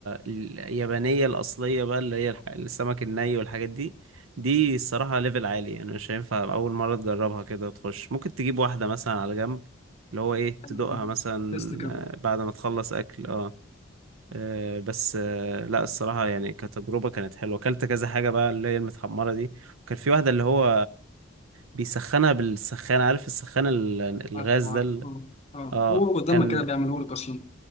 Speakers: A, on the right; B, on the left.
A: اليابانية الأصلية بقى اللي هي الح- السمك الني والحاجات دي دي الصراحة ليفل عالي يعني مش هينفع أول مرة تجربها كده تخش ممكن تجيب واحدة مثلا على جنب اللي هو إيه
B: أيوة
A: تدوقها
B: فاهم.
A: مثلا
B: تست كده
A: آه، بعد ما تخلص أكل أه آه، بس آه، لا الصراحة يعني كتجربة كانت حلوة أكلت كذا حاجة بقى اللي هي المتحمرة دي وكان في واحدة اللي هو بيسخنها بالسخان عارف السخان ال- الغاز
B: عارفه
A: ده
B: عارفه
A: ال-
B: اه اه
A: اه
B: هو قدامنا
A: كان
B: كده بيعملوا لك اصلا